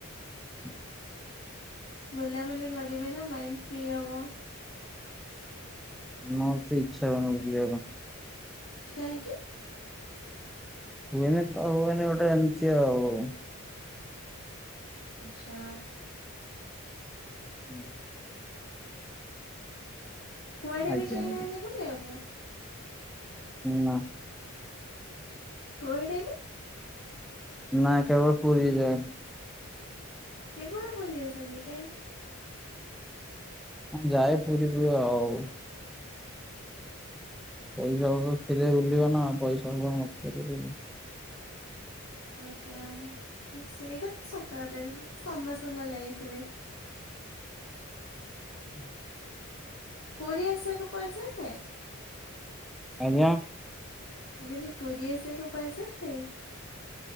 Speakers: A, in the centre; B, on the left.
A: <unintelligible>
B: ବୁଲାବୁଲି କରିବେ ନା ମାଇଣ୍ଡ ଫ୍ରି ହବ।
A: <inaudible> ମୋତେ ଇଚ୍ଛା ହୁଏନା ବୁଲିବାପାଇଁ।
B: କାଇଁକି?
A: <unintelligible>
B: ଆଚ୍ଛା।
A: ହୁଁ।
B: କୁଆଡ଼େ
A: ଆଜ୍ଞା
B: ବି ଯାଇନାହାନ୍ତି
A: ଆଜ୍ଞା
B: ବୁଲିବାକୁ?
A: ନା।
B: କୁଆଡ଼େ ବି?
A: ନାଁ କେବଳ ପୁରୀ କି ଯାଇନି।
B: କେବଳ ପୁରି ଆସନ୍ତିି। କାହିଁକି?
A: ଯାଏ ପୁରୀ କି ଆଉ। ପଇସାପତ୍ର ଥିଲେ ବୁଲିବ ନା ଆଉ। ପଇସା ନ ଥିଲେ ବୁଲିବୁ।
B: ଆଜ୍ଞା। ହୁଁ ସେଇଟା ତ ଶତ କଥା ସେଟା ତ ସମସ୍ତଙ୍କ ଲାଇଫରେ।
A: ହୁଁ।
B: ପୁରୀ ଆସିବାକୁ ପଇସାଥାଏ?
A: ଆଜ୍ଞା?
B: ମୁଁ କହିଲି ପୁରୀ ଆସିବାକୁ ପଇସା ଥାଏ?